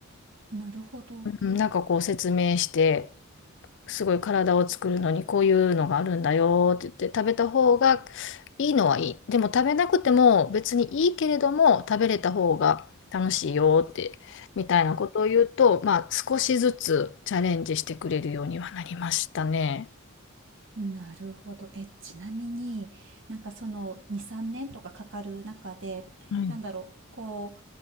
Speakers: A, on the right; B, on the left.
A: なるほど。
B: うんなんかこう説明して、すごい体を作るのにこういうのがあるんだよって言って食べた方がいいのはいい。でも食べなくても別にいいけれども食べれた方が楽しいよってみたいなことを言うと、まあ少しずつチャレンジしてくれるようにはなりましたね。
A: なるほど。え、ちなみになんかその2、3年とかかかる中で、
B: はい。
A: なんだろう、こ